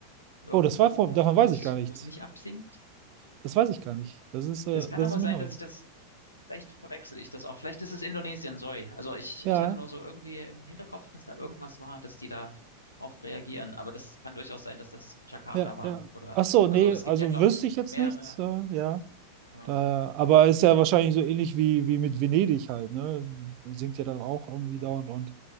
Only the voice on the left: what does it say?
Irgendwo,
wo
es,
wo es nicht absinkt?
Das kann
aber
sein,
dass ich das, vielleicht verwechsel ich das auch. Vielleicht ist es Indonesien, sorry. Also ich,
ich hatte nur so irgendwie im Hinterkopf, dass da irgendwas war, dass die da auf reagieren. Aber das kann durchaus sein, dass das Jakarta
war
oder
so. Also
es
gibt ja, glaube
ich,
mehrere.
Ah,
ah,
ah,
ah.